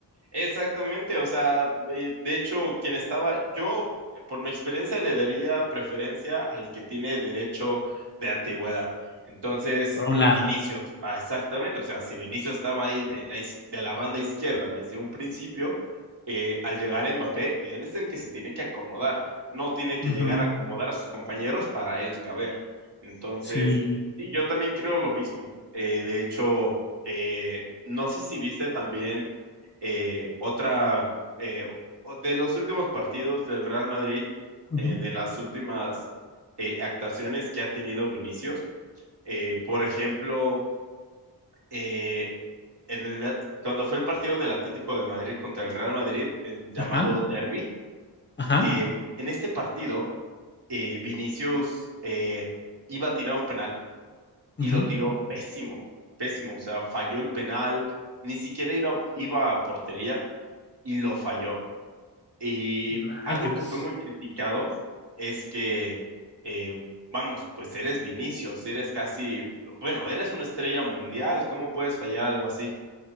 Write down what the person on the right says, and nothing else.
Exactamente, o sea, eh, de hecho, quien estaba, yo eh, por mi experiencia le daría preferencia al que tiene derecho de antigüedad. Entonces,
eh,
Vinicius, ah, exactamente, o sea, si Vinicius estaba ahí en la, iz- de la banda izquierda desde un principio, eh, al llegar Mbappé, él es el que se tiene que acomodar, no tiene que
llegar
a acomodar a sus compañeros para él caber. Entonces,
sí, yo también creo lo mismo. Eh, de hecho, eh, no sé si viste también. Eh, otra, eh, o- de los últimos partidos del Real Madrid,
eh, de las últimas eh, actuaciones que ha tenido Vinicius, eh, por ejemplo, eh, en el, cuando fue el partido del Atlético de Madrid contra el Real Madrid, el llamado
Derby,
eh, en este partido, eh, Vinicius eh, iba a tirar un penal y
lo tiró pésimo, pésimo, o sea, falló el penal, ni siquiera iba, iba a portería y lo falló. Y
algo que fue muy criticado es que, eh, vamos, pues eres Vinicius, eres casi, bueno, eres una estrella mundial, ¿cómo puedes fallar algo así?